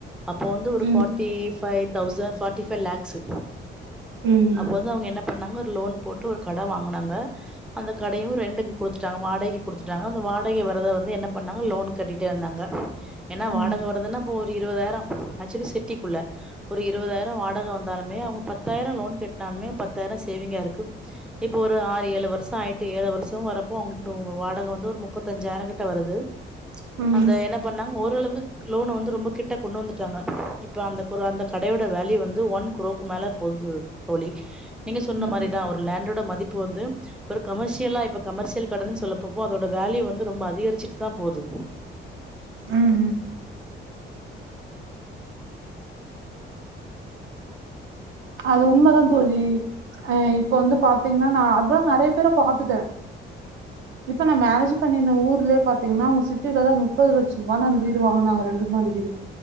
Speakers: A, in the centre; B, on the right.
A: அப்போ வந்து ஒரு
B: ம்
A: forty five thousand forty five lakhs
B: ம்
A: அப்ப வந்து அவுங்க எ ன்ன பண்ணாங்க ஒரு லோன் போட்டு ஒரு கட வாங்குனாங்க அந்த கடையு ரெண்டு குடுத்துட்டாங்க வாடகைக் குடுத்துட்டாங்க அந்த வாடகை வரத வந்து என்ன பண்ணாங்க லோன் கட்டிட்டே வந்தாங்க ஏனா வாடக
B: ம்
A: வருதுனா அப்போ ஒரு இருவதாயிரோ ஆக்சுலி சிட்டிக்குள்ள ஒரு இருவதாயிரோ வாடக வந்தாலு மே அவுங்க பத்தாயிரோ லோன் கேட்னாலுமே பத்தாயிரோ சேவிங்கா இருக்கு இப்போ ஒரு ஆறு ஏழு வருஷோ ஆயிட்டு ஏழு வருஷோ வரப்போ அவுங்களுக்கு இப்ப வாடக வந்து ஒரு முப் பத்தஞ்சாயிர கிட்ட வருது
B: ம்
A: அந்த என்ன பண்ணாங்க ஓரளவுக்கு லோன வந்து ரொம்ப கிட்ட கொண்டு வந்துட்டாங்க இப்ப அந்த குரோ அந்த கடையோட வேல்யூ வந்து ஒன் குரோ மேல போது தோழி நீங்க சொன்ன
B: ம்
A: மாரிதா ஒரு லேண்டோட மதிப்பு வந்து இப்பர் கமர்ஷியலா இப்ப கமர்சியல் கடன்னு சொல்லப்போபோ அதோட வேல்யூ வந்து ரொம்ப அதிகரிச்சுட்டு தா போது
B: ம் ம் அது உண்ம தா தோழி அ இப்ப வந்து பாத்தீங்கன்னா நா அதா நறைய பேர பாத்துட்டே இப்ப நா மேரேஜ் பண்ணிண ஊர்லய பாத்தீங்கன்னா அவங்க சிட்டியிலதா முப்பது லட்ச ரூபானு அந்த வீடு வாங்குனாங்க ரெண்டு மாடி வீடு